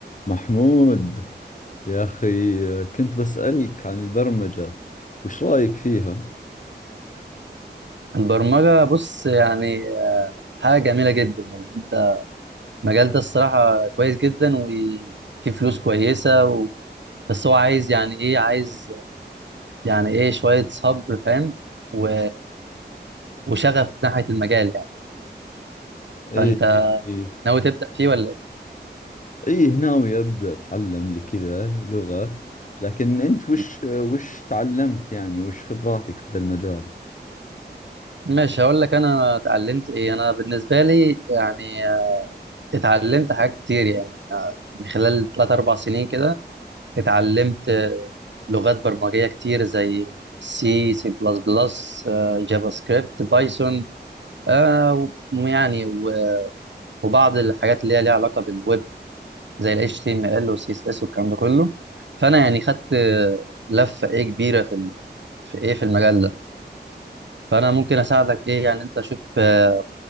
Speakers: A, on the left (about 45°); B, on the right (about 85°).
A: محمود يا أخي كنت بسألك عن البرمجة وش رأيك فيها؟
B: البرمجة بص يعني حاجة جميلة جدا يعني انت المجال ده الصراحة كويس جدا وفيه فلوس كويسة و... بس هو عايز يعني ايه عايز يعني ايه شوية صبر فاهم و... وشغف ناحية المجال يعني
A: إيه
B: فانت
A: إيه إيه
B: ناوي تبدأ فيه ولا ايه؟
A: إيه ناوي أبدأ أتعلم لي كذا لغة لكن أنت وش
B: مم.
A: وش تعلمت يعني وش خبراتك في ذا المجال؟
B: ماشي هقول لك انا اتعلمت ايه انا بالنسبة لي يعني اتعلمت حاجات كتير يعني من خلال 3 4 سنين كده اتعلمت آه، لغات برمجية كتير زي سي سي بلس بلس جافا سكريبت بايثون آه، ويعني و- وبعض الحاجات اللي هي ليها علاقة بالويب زي ال HTML وال CSS والكلام ده كله فأنا يعني خدت آه، لفة إيه كبيرة في ال- في إيه في المجال ده فأنا ممكن أساعدك إيه يعني أنت شوف آه،